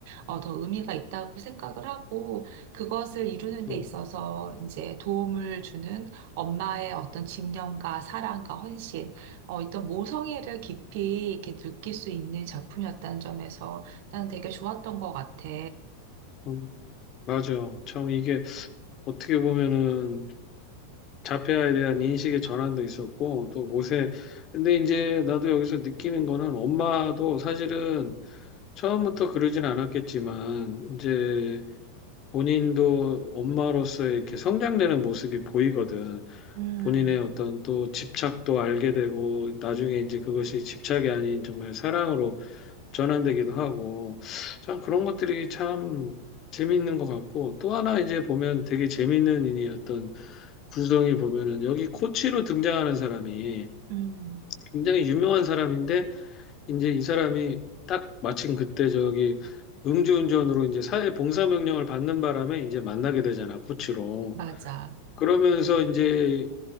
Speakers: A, on the right; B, on the left.
A: 어, 더 의미가 있다고 생각을 하고, 그것을 이루는 데
B: 음,
A: 있어서 이제 도움을 주는 엄마의 어떤 집념과 사랑과 헌신, 어, 어떤 모성애를 깊이 이렇게 느낄 수 있는 작품이었다는 점에서 난 되게 좋았던 것 같아.
B: 음. 맞아. 참 이게 어떻게 보면은 자폐아에 대한 인식의 전환도 있었고 또 모세 근데 이제 나도 여기서 느끼는 거는 엄마도 사실은 처음부터 그러진 않았겠지만 이제 본인도 엄마로서 이렇게 성장되는 모습이 보이거든.
A: 음.
B: 본인의 어떤 또 집착도 알게 되고 나중에 이제 그것이 집착이 아닌 정말 사랑으로 전환되기도 하고 참 그런 것들이 참 재미있는 것 같고 또 하나 이제 보면 되게 재미있는 일이 어떤 구성이 보면은 여기 코치로 등장하는 사람이
A: 음,
B: 굉장히 유명한 사람인데 이제 이 사람이 딱 마침 그때 저기 음주운전으로 이제 사회 봉사 명령을 받는 바람에 이제 만나게 되잖아 코치로
A: 맞아.
B: 그러면서 이제